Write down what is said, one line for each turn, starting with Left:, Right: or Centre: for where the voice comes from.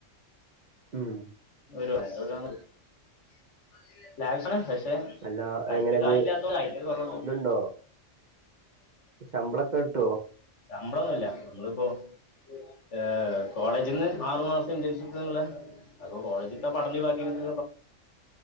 Right: ഉം
Left: ഒരു <unintelligible> പക്ഷെ
Right: അല്ല
Left: കൈക്ക്
Right: എങ്ങനെ
Left: കായ്ല്ലാത്തോണ്ട്
Right: ഇത്
Left: അതിൻ്റെ ഒരു കുറവുള്ളൂ
Right: ഇതുണ്ടോ ശമ്പളൊക്കെ കിട്ടുവോ
Left: ശമ്പളൊന്നുല്ല നമ്മളിപ്പോ ഏഹ് കോളേജിൽ നിന്ന് ആറു മാസം ഇന്റേൺഷിപ്പ്നുള്ള അപ്പൊ കോളേജിൻ്റെ പഠന ഒഴിവാക്കി പിന്നെ